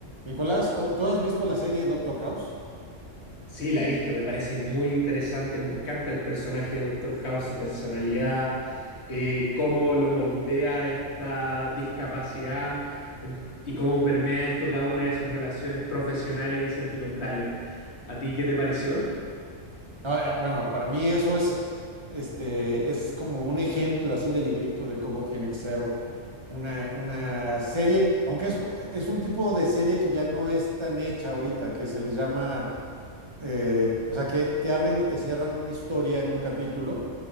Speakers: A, on the right; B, on the left.
A: Nicolás, o- ¿tú has visto la serie Doctor House?
B: Sí, la he visto, me parece muy interesante, me encanta el personaje de Doctor House, su personalidad, eh, cómo lo moldea esta discapacidad en- y cómo permea esto cada una de sus relaciones profesionales y sentimentales. ¿A ti qué te pareció?
A: No, eh, bueno, para mí eso es, este, es como un ejemplo así de librito de cómo tiene que ser una, una serie, aunque es, es un tipo de serie que ya no es tan hecha ahorita, que se les llama, eh, o sea, que te abren y te cierran una historia en un capítulo